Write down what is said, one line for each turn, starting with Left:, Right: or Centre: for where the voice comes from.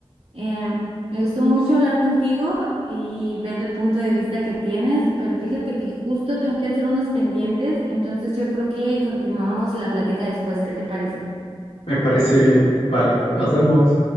Right: Em, me gustó mucho hablar contigo y ver el punto de vista que tienes, pero fíjate que justo tengo que hacer unos pendientes, entonces yo creo que continuamos la plática después, ¿qué te parece?
Left: Me parece bien. Vale, nos vemos.